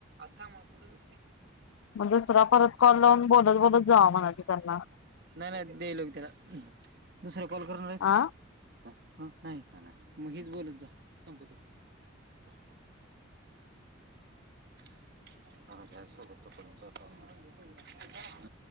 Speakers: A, on the right (about 50°); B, on the left (about 80°).
A: आता आमाला कुठसतय.
B: म दुसरा कॉल परत लाऊन बोलत बोलत जावा म्हणा की त्यांना
A: नाही नाही देईलोग त्याला दुसर कॉल करणार आहेस का.
B: आ
A: नाही का मग हीच बोलत जा संपुदे. ह <unintelligible> हा हाय सोबत तोपर्यंत जातो आमी.